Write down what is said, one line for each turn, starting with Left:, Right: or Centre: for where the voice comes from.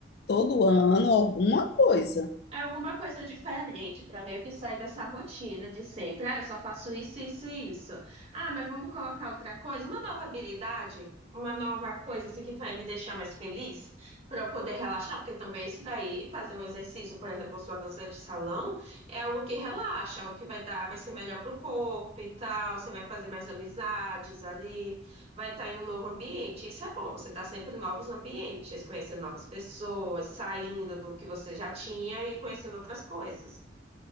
Left: Todo ano alguma coisa.
Right: É Alguma coisa diferente para meio que sair dessa rotina de sempre. Ah, eu só faço isso, isso e isso. Ah, mas vamos colocar outra coisa, uma nova habilidade, uma nova coisa assim que vai me deixar mais feliz, para eu poder relaxar, porque também isso daí, fazer um exercício, por exemplo, sua dança de salão, é algo que relaxa, algo que vai dar, vai ser melhor pro corpo e tal, você vai fazer mais amizades ali. vai estar em um novo ambiente. Isso é bom, você está sempre em novos ambientes, conhecendo novas pessoas, saindo do que você já tinha e conhecendo outras coisas.